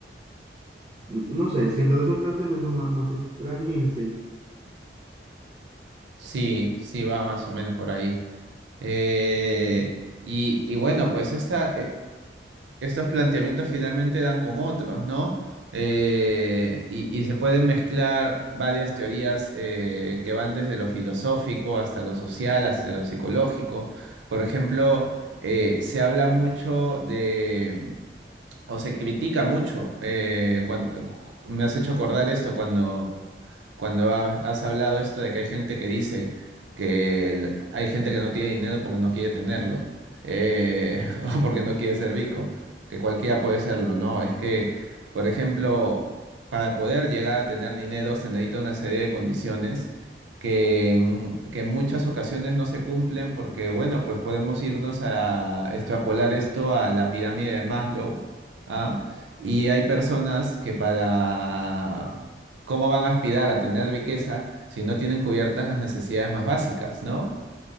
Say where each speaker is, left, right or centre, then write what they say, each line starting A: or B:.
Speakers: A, on the right; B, on the right.
A: n- no sé, siento que es un planteamiento más, más extraño y así.
B: Sí, sí, va más o menos por ahí. Eh, y, y bueno, pues esta, eh, estos planteamientos finalmente dan con otros, ¿no? Eh, y, y se pueden mezclar varias teorías eh, que van desde lo filosófico hasta lo social, hasta lo psicológico. Por ejemplo, eh, se habla mucho de, o se critica mucho, eh, cuan- me has hecho acordar esto cuando... cuando ha- has hablado esto de que hay gente que dice que el- hay gente que no tiene dinero porque no quiere tenerlo, eh, <laughs> o porque no quiere ser rico, que cualquiera puede serlo, no, es que, por ejemplo, para poder llegar a tener dinero se necesita una serie de condiciones que en, que en muchas ocasiones no se cumplen porque, bueno, pues podemos irnos a extrapolar esto a la pirámide de Maslow, ¿ah? Y hay personas que para ¿Cómo van a aspirar a tener riqueza si no tienen cubiertas las necesidades más básicas, ¿no?